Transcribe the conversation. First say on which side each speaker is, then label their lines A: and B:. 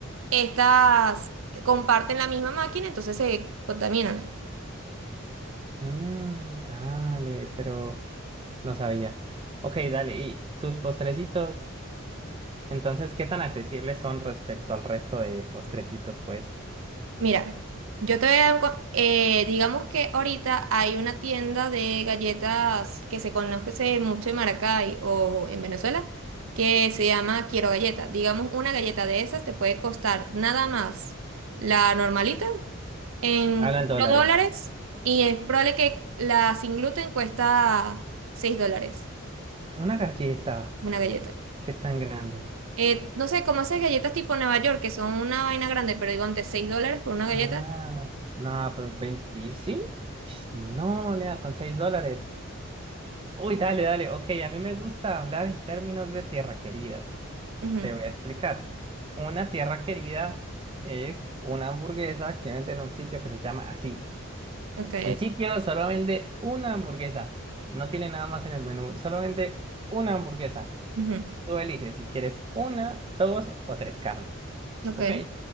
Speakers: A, on the right; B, on the right.
A: estas eh, comparten la misma máquina, entonces se contaminan.
B: mm, dale, pero no sabía. Ok, dale, ¿y tus postrecitos? Entonces, ¿qué tan accesibles son respecto al resto de postrecitos, pues?
A: Mira, yo te voy a dar un co- eh, digamos que ahorita hay una tienda de galletas que se conoce mucho en Maracay o en Venezuela que se llama Quiero Galleta. Digamos, una galleta de esas te puede costar nada más la normalita en
B: Hablan dólares.
A: 4 dólares y es probable que la sin gluten cuesta 6 dólares
B: Una galleta,
A: una galleta.
B: ¿qué tan grande?
A: Eh, no sé, como esas galletas tipo Nueva York que son una vaina grande, pero digo antes 6 dólares por una galleta.
B: Ah, no, pero 25. No, nada, con 6 dólares. Uy, dale, dale. Ok, a mí me gusta hablar en términos de tierra queridas.
A: Ujú,
B: Te voy a explicar. Una tierra querida es una hamburguesa que vende en un sitio que se llama así.
A: Ok.
B: El sitio solo vende una hamburguesa. No tiene nada más en el menú. Solo vende una hamburguesa.
A: Ujú.
B: Tú eliges si quieres una, dos o tres carnes.
A: Ok,
B: Ok.